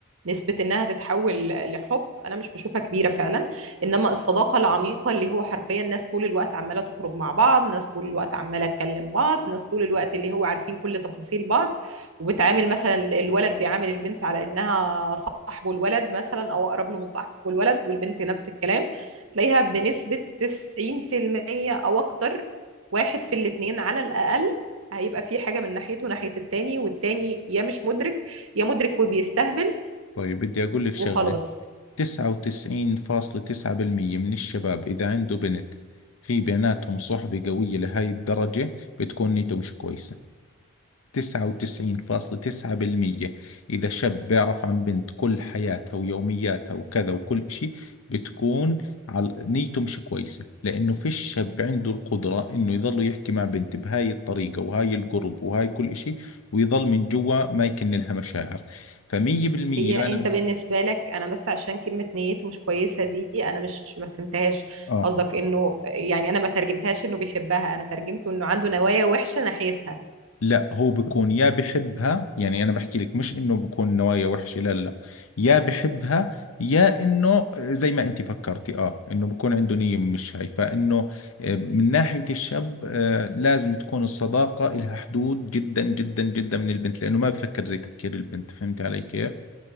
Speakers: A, on the right; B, on the left.
A: نسبة إنها تتحول لحب أنا مش بشوفها كبيرة فعلا إنما الصداقة العميقة اللي هو حرفيا ناس طول الوقت عمالة تخرج مع بعض ناس طول الوقت عمالة تكلم بعض ناس طول الوقت اللي هو عارفين كل تفاصيل بعض وبتعامل مثلا الولد بيعامل البنت على إنها صاحبه الولد مثلا أو أقرب له من صاحبه الولد والبنت نفس الكلام تلاقيها بنسبة 90% أو أكتر واحد في الاتنين على الأقل هيبقى في حاجة من ناحيته ناحية التاني والتاني يا مش مدرك يا مدرك وبيستهبل
B: طيب بدي أقول لك شغلة
A: وخلاص
B: 99.9% من الشباب إذا عنده بنت في بيناتهم صحبة قوية لهاي الدرجة بتكون نيته مش كويسة 99.9% إذا شاب بيعرف عن بنت كل حياتها ويومياتها وكذا وكل إشي بتكون على نيته مش كويسة لأنه فيش شاب عنده القدرة إنه يظل يحكي مع بنت بهاي الطريقة وهاي القرب وهاي كل إشي ويظل من جوا ما يكن لها مشاعر فمية بالمية
A: هي
B: أنا
A: انت بالنسبة لك انا بس عشان كلمة نيته مش كويسة دي انا مش ما فهمتهاش
B: آه
A: قصدك انه يعني انا ما ترجمتهاش انه بيحبها انا ترجمته انه عنده نوايا وحشة ناحيتها
B: لا هو بيكون يا بحبها يعني انا بحكي لك مش انه بكون نوايا وحشة لا لا لا يا بحبها يا انه زي ما انت فكرتي اه انه بكون عنده نية مش هاي فانه آه، من ناحية الشاب آه، لازم تكون الصداقة إلها حدود جدا جدا جدا من البنت لانه ما بفكر زي تفكير البنت فهمت علي كيف؟